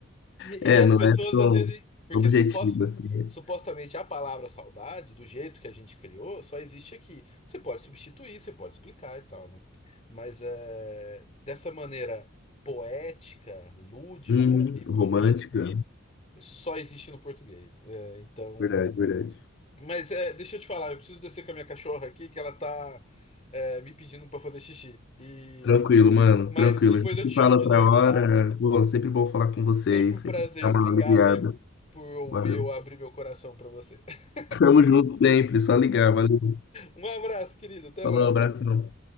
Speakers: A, on the left; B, on the left.
A: E,
B: É,
A: e as
B: não
A: pessoas
B: é tão
A: às vezes. Porque
B: objetiva,
A: supos-
B: assim.
A: supostamente a palavra saudade, do jeito que a gente criou, só existe aqui. Você pode substituir, você pode explicar e tal, né? Mas é, dessa maneira poética, lúdica
B: Uhum.
A: e bonita,
B: Romântica.
A: só existe no português. É, então.
B: Verdade, verdade.
A: Mas é, deixa eu te falar, eu preciso descer com a minha cachorra aqui, que ela tá é, me pedindo pra fazer xixi. E...
B: Tranquilo, mano,
A: Mas
B: tranquilo.
A: depois
B: A gente
A: eu te chamo
B: fala
A: de
B: outra
A: novo,
B: hora.
A: tá?
B: Bom, sempre bom falar com vocês,
A: Sempre um
B: sempre
A: prazer.
B: dá uma
A: Obrigado
B: aliviada.
A: aí por ouvir
B: Valeu.
A: eu abrir meu coração pra você. <laughs>
B: Tamo junto sempre, só ligar, valeu.
A: Um abraço, querido. Até
B: Falou,
A: mais.
B: abração.